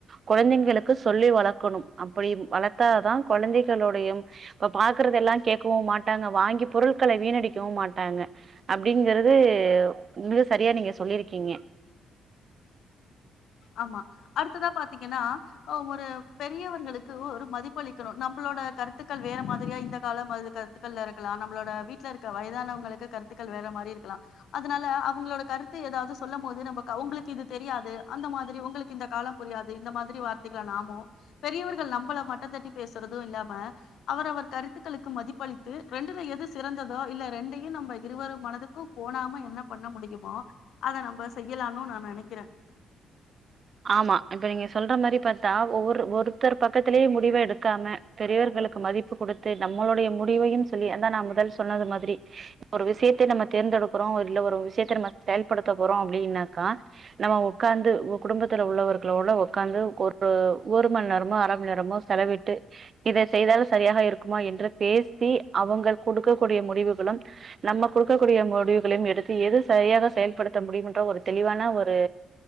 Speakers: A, on the right; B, on the left.
A: கெழந்தைங்களுக்கு சொல்லி வளர்க்கணும் அப்டி வளர்த்ததா கெழந்தைகளுட இப்ப பாக்குறதெல்லா கேட்கவு மாட்டாங்க வாங்கி பொருட்கள வீணடிக்கவு மாட்டாங்க அப்டிங்கறது உங்க சரியா நீங்க சொல்லிருக்கீங்க
B: ஆமா அடுத்ததா பாத்தீங்கன்னா ஒரு பெரியவர்களுக்கு ஒரு மதிப்புளிக்கணு நம்புளோட கருத்துக்கள் வேற மாத்ரியா இந்த கால அது கருத்துக்கள்ல இருக்கலா நம்மளோட வீட்டுல இருக்க வயதானவங்களுக்கு கருத்துக்கள் வேற மாரி இருக்கலா அதனால அவுங்களோட கருத்து ஏதாவுது சொல்லு போது நமக்கு அவுங்களுக்கு இது தெரியாது அந்த மாதிரி உங்களுக்கு இந்த காலம் புரியாது இந்த மாதிரி வார்த்தைகளை நாமும் பெரியவர்கள் நம்மளை மட்ட தட்டி பேசுறது இல்லாம அவர் அவர் கருத்துக்களுக்கு மதிப்பளித்து ரெண்டுல எது சிறந்ததோ இல்ல ரெண்டையு நம்ம இருவர் மனதுக்கு கோனாம என்ன பண்ண முடியுமோ அத நம்ம செய்யலாம்னு நா நெனைக்கிற
A: ஆமா இப்ப நீங்க சொல்ற மாரி பாத்தா ஒவ்வொரு ஒருத்தர் பக்கத்திலேயே முடிவ எடுக்காம பெரியவர்களுக்கு மதிப்பு குடுத்து நம்மளுடைய முடிவையு சொல்லி அதா நா முதல் சொன்னது மாரி ஒரு விஷியத்த நம்ம தேர்ந்தெடுக்கறோ இல்ல ஒரு விஷியத்த நம்ம செயல்படுத்த போறோ அப்டின்னாக்கா நம்ம உக்காந்து குடும்பத்துல உள்ளவர்களோட உட்காந்து ஒரு ஒரு மணி நேரமோ அர மண் நேரமோ செலவிட்டு இத செய்தால சரியாக இருக்குமா என்று பேசி அவங்க குடுக்கக்க கூடிய முடிவுகளும் நம்ம குடுக்கக்கூடிய முடிவுகளையும் எடுத்து எது சரியாக செயல்படுத்த முடியும்ன்ற ஒரு தெளிவான ஒரு